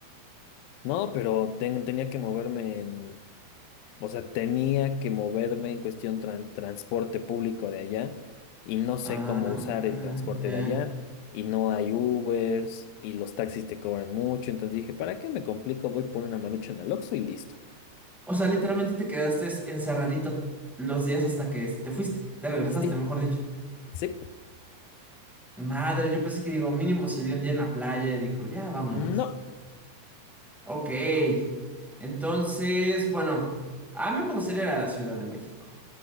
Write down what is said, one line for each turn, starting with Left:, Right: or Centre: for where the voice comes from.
Left: No, pero ten- tenía que moverme en, o sea, tenía que moverme en cuestión tran- transporte público de allá y no sé
Centre: Ah,
Left: cómo usar el transporte
Centre: ya.
Left: de allá y no hay Ubers y los taxis te cobran mucho, entonces dije, ¿para qué me complico? Voy por una marucha en el Oxxo y listo.
Centre: O sea, literalmente te quedaste encerradito los días hasta que te fuiste, te regresaste,
Left: Sí,
Centre: mejor dicho.
Left: sí,
Centre: Madre, yo pensé que digo, mínimo se dio un día en la playa y dijo, ya vámonos.
Left: no.
Centre: Ok. Entonces, bueno, a mí me gustaría ir a la Ciudad de México.